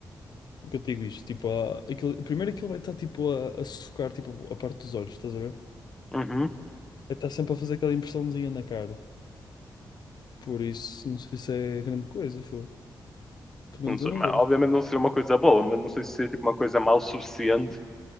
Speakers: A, on the left (about 65°); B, in the centre.
A: O que eu te digo isto? Tipo, a, aquilo, primeiro aquilo vai estar tipo a, a sufocar tipo, a parte dos olhos, estás a ver?
B: Uhum.
A: Vai estar sempre a fazer aquela impressãozinha na cara. Por isso, não sei se é grande coisa, fogo. Pelo
B: Não
A: menos
B: sei,
A: eu não
B: mas
A: gosto.
B: obviamente não seria uma coisa boa, mas não sei se seria tipo uma coisa mal suficiente